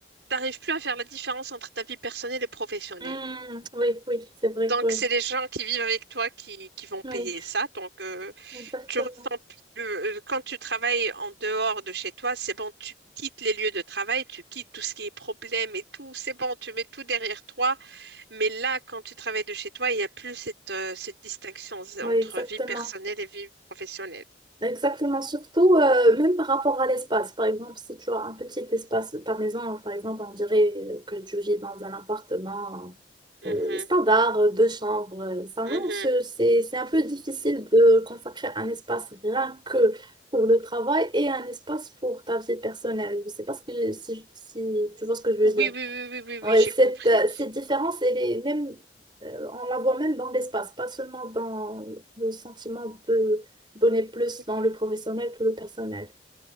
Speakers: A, on the right; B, on the right.
A: t'arrives plus à faire la différence entre ta vie personnelle et professionnelle.
B: Hmm, oui, oui, c'est vrai
A: Donc,
B: que oui.
A: c'est les gens qui vivent avec toi qui, qui vont
B: Oui,
A: payer ça. Donc, euh,
B: exactement.
A: tu ressens plus le- euh, quand tu travailles en dehors de chez toi, c'est bon, tu quittes les lieux de travail, tu quittes tout ce qui est problème et tout, c'est bon, tu mets tout derrière toi. Mais là, quand tu travailles de chez toi, il n'y a plus cette, euh, cette distinction
B: Oui,
A: entre
B: exactement.
A: vie personnelle et vie professionnelle.
B: Exactement. Surtout, euh, même par rapport à l'espace. Par exemple, si tu as un petit espace, ta maison, par exemple, on dirait euh, que tu vis dans un appartement
A: Mhm,
B: euh, standard, euh, deux chambres, euh, Ça, non
A: mhm.
B: ce- c'est, c'est un peu difficile de consacrer un espace rien que pour le travail et un espace pour ta vie personnelle. Je ne sais pas si, si, si tu vois ce que je veux
A: Oui,
B: dire.
A: oui, oui, oui, oui, oui,
B: Ouais,
A: j'ai
B: cette,
A: compris.
B: euh, cette différence, elle est même, euh, on la voit même dans l'espace, pas seulement dans le sentiment de donner plus
A: C'est
B: dans
A: vrai.
B: le professionnel que le personnel.